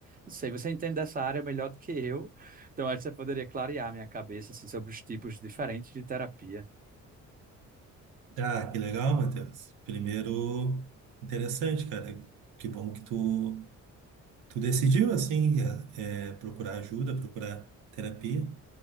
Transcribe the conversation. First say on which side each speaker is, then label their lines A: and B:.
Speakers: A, on the right; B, on the right.
A: Não sei, você entende dessa área melhor do que eu, então acho que você poderia clarear minha cabeça, assim, sobre os tipos diferentes de terapia.
B: Ah, que legal, Matheus. Primeiro, interessante, cara. Que bom que tu, tu decidiu, assim, é, é, procurar ajuda, procurar terapia.